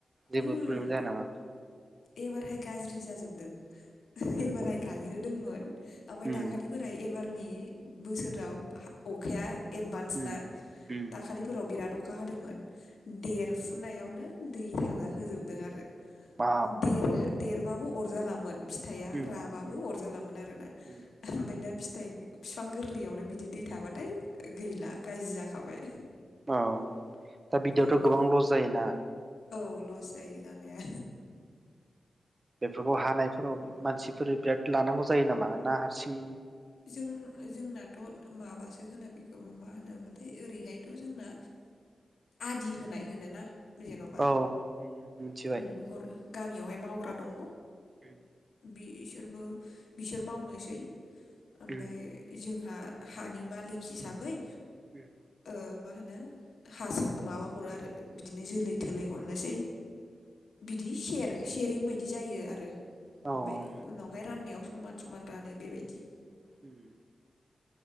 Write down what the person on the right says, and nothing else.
जेबो
प्रब्लेम जाया नामा?
उम
उम
उम
उम
औ
उम
उम
उम
अ दा बिदियावथ'
गोबां लस जायोना
बेफोरखौ हानायफोराव मानसिफोर बिराद लानांगौ जायो नामा ना हारसिं?
औ मिथिबाय
उम
उम
उम
औ
औ
उम।